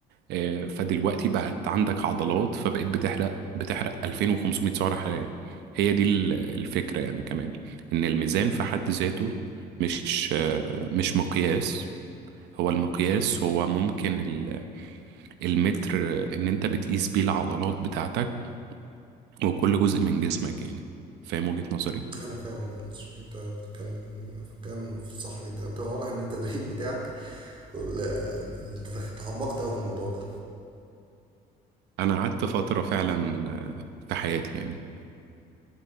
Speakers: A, on the right (about 85°); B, on the right (about 30°).
A: آه، فدلوقتي بقت عندك عضلات فبقت بتحرق بتحرق 2500 سعرة حرارية هي دي ال- الفكرة يعني كمان ان الميزان في حد ذاته مش آه، مش مقياس هو المقياس هو ممكن ال- المتر ان انت بتقيس بيه العضلات بتاعتك وكل جزء من جسمك يعني فاهم وجهة نظري
B: انا فاهم وجهة نظرك انت بتتكلم في الكلام في الصح جدا انت واضح ان التدريب بتاعك وال- انت دخ- تعمقت اوي في الموضوع ده
A: انا قعدت فترة فعلا في حياتي يعني